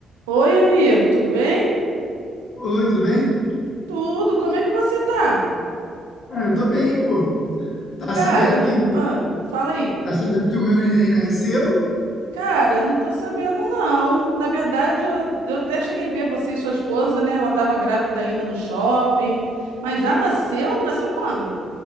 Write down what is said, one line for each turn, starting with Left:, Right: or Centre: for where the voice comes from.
Right: Oi, amigo, tudo bem?
Left: Oi, tudo bem?
Right: Tudo, como é que você tá?
Left: Ah, eu tô bem, pô. Tá
Right: Cara,
Left: sabendo que
Right: ah, fala aí.
Left: tá sabendo que o meu neném nasceu?
Right: Cara, não tô sabendo não. Na verdade, eu, eu até cheguei a ver você e sua esposa, né? Ela tava grávida ainda no shopping, mas já nasceu? Nasceu quando?